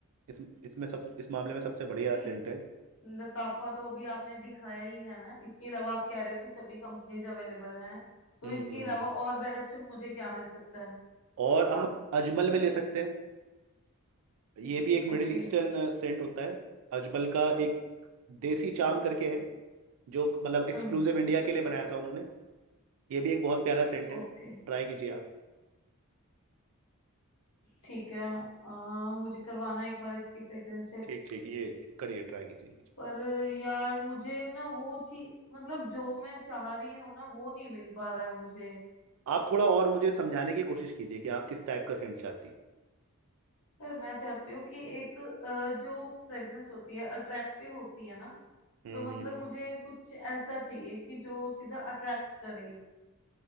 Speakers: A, on the right (about 65°); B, on the left (about 70°).
A: इस इसमें सब इस मामले में सबसे बढ़िया
B: नहीं
A: सेंट है
B: लताफा तो अभी आपने दिखाया ही है ना इसके अलावा आप कह रहे हो कि सभी कंपनीज अवेलेबल हैं तो
A: हम्म
B: इसके
A: हम्म, हम्म।
B: अलावा और बेस्ट मुझे क्या मिल सकता है
A: और आप अजमल में ले सकते हैं ये भी एक मिडिल
B: ओके
A: ईस्टर्न सेंट होता है अजमल का एक देसी चाम करके है जो मतलब एक्सक्लूसिव
B: हम्म
A: इंडिया के लिए बनाया था उन्होंने ये भी एक बहुत प्यारा सेंट है
B: ओके
A: ट्राई कीजिए आप
B: ठीक है आ, मुझे करवाना है एक बार इसकी फ्रेग्रेंस चेक
A: ठीक ठीक ये करिए ट्राई कीजिए
B: पर यार मुझे ना वो चीज मतलब जो मैं चाह रही हूँ ना वो नहीं मिल पा रहा है मुझे
A: आप थोड़ा और मुझे समझाने की कोशिश कीजिए कि आप किस टाइप का सेंट चाहती हैं
B: पर मैं चाहती हूँ कि एक अ, जो फ्रेग्रेंस होती है अट्रैक्टिव होती है ना
A: हम्म
B: तो मतलब
A: हम्म, हम्म।
B: मुझे कुछ ऐसा चाहिए कि जो सीधा अट्रैक्ट करे